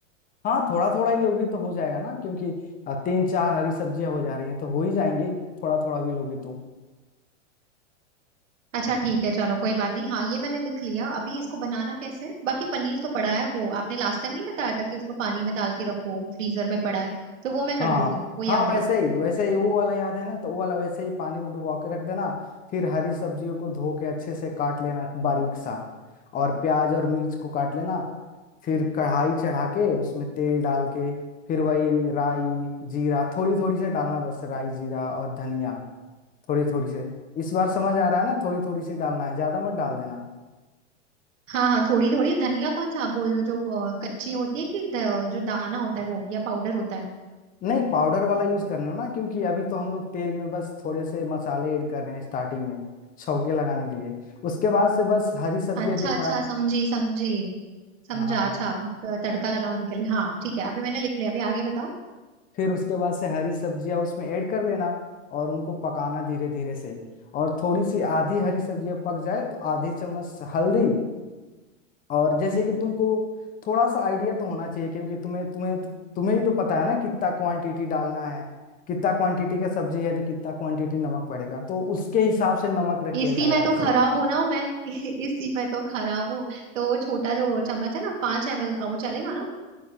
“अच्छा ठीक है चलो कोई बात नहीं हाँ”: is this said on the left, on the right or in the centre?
Right